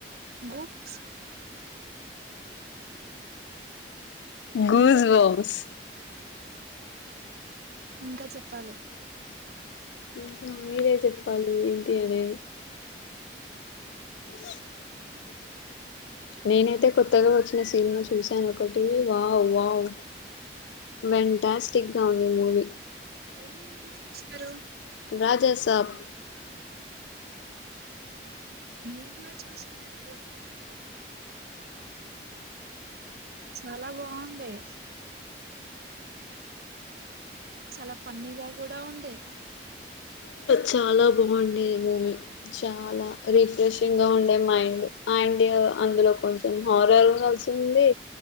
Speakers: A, on the right; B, on the left.
A: గూప్స్
B: గుూజ
A: ఇంకా
B: బంస్
A: ఇంకా చెప్పాలి
B: ఇంకా మీరే చెప్పాలి ఏంటి అనే అ నేనైతే కొత్తగా వచ్చిన సినిమా చూశాను ఒకటి వావ్ వావ్ వెంటాస్టిక్ గా ఉంది మూవీ
A: ఏం చూసారు
B: రాజసప్
A: నేను కూడా చూసానుదు చాలా బాగుండయి చాలా పన్నగా కూడా ఉండే
B: చాలా బాగుండేది మూమిీ చాలా రిఫ్రెష్ ము్యంగా ఉండే మాండ్ ఆండ్ అందులో కొంచెం హోరర్ల్సి ఉంది